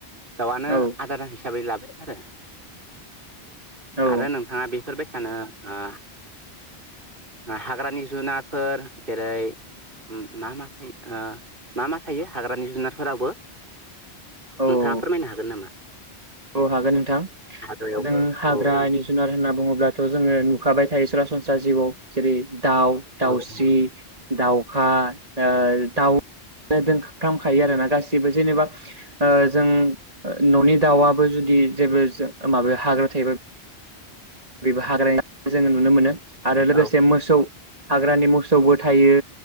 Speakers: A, on the right; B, on the right.
A: दाउआनो
B: औ
A: आदार हिसाबै लाबाय आरो
B: औ
A: आरो नोंथांङा बे बेफोर बायसानो ओ हाग्रानि जुनारफोर जेरै मा मा ओ मा मा थायो हाग्रानि जुनारफोरावबो?
B: औ
A: नोंथांङा फोरमायनो हागोन नामा?
B: औ हागोन नोंथां
A: हाग्रायावबो
B: जों हाग्रानि
A: औ औ
B: जुनार होनना बुङोब्लाथ' जोंङो नुखाबाय थायो सरासनस्रा जिउआव जेरै दाउ दाउस्रि
A: औ
B: दाउखा ओ दाउ दोंफ्रामखायो आरो ना गासिबो जेनेबा ओ जों ननि दाउआ बो जुदि जेबो माबायाव हाग्रा थायोबा बेबो हाग्रा जोङो नुनो मोनो आरो लोगोसे
A: औ
B: मोसौ हाग्रानि मोसौबो थायो